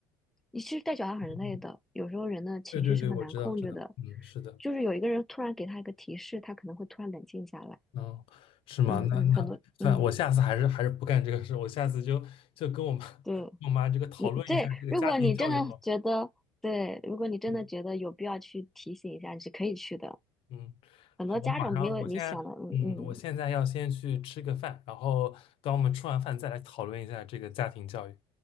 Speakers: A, in the centre; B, on the left.
A: 你其实带小孩很累的，
B: 嗯，嗯
A: 有时候人的情绪是很难控制的，
B: 对对对，我知道知道，嗯，是的。
A: 就是有一个人突然给他一个提示，他可能会突然冷静下来。
B: 嗯，是吗？
A: 嗯嗯，
B: 那那算了，
A: 很多嗯
B: 我下次还是还是不干这个事，我下次就就跟我妈 <laughs>
A: 对。
B: 跟我妈这个讨论一下这个家庭教育好了。
A: 你对，如果你真的觉得对，如果你真的觉得有必要去提醒一下，
B: 嗯
A: 你是可以去的。
B: 嗯，
A: 很多家长没有你想的，
B: 好，我马上，我现在嗯，
A: 嗯嗯，
B: 我现在要先去吃个饭，然后等我们吃完饭再来讨论一下这个家庭教育。